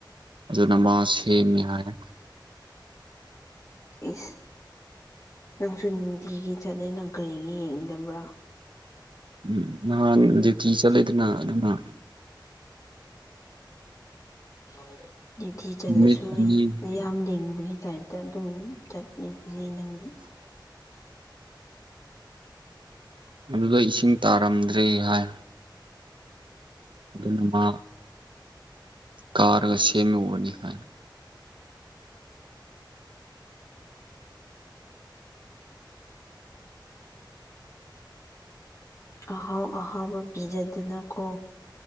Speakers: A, on the right (about 80°); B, on the left (about 40°).
A: ꯑꯗꯨꯅꯃꯥ ꯁꯦꯝꯃꯤ ꯍꯥꯏ꯫
B: ꯏꯁ ꯅꯪꯁꯨ ꯅꯨꯡꯇꯤꯒꯤ ꯆꯠꯂꯦ ꯅꯪ ꯀꯔꯤꯒꯤ ꯌꯦꯡꯗꯕ꯭ꯔꯥ꯫
A: ꯎꯝ ꯅꯍꯥꯟ ꯗꯤꯌꯨꯇꯤ ꯆꯠꯂꯦꯗꯨꯅ ꯑꯗꯨꯅ
B: <unintelligible> ꯗꯤꯌꯨꯇꯤ ꯆꯠꯂꯁꯨ
A: ꯅꯨꯃꯤꯠ ꯑꯅꯤ
B: ꯌꯦꯡ ꯌꯥꯝ ꯂꯤꯡꯕꯒꯤ ꯇꯥꯏꯞꯇ ꯑꯗꯨꯝ ꯆꯠꯂꯤꯗꯨꯗꯤ ꯅꯪꯗꯤ꯫
A: ꯑꯗꯨꯗꯣ ꯏꯁꯤꯡ ꯇꯥꯔꯝꯗ꯭ꯔꯦ ꯍꯥꯏ꯫ ꯑꯗꯨꯒꯤ ꯃꯥ ꯀꯥꯔꯒ ꯁꯦꯝꯃꯨꯕꯅꯤ ꯍꯥꯏ꯫
B: ꯑꯍꯥꯎ ꯑꯍꯥꯎꯕ ꯄꯤꯖꯗꯨꯅꯀꯣ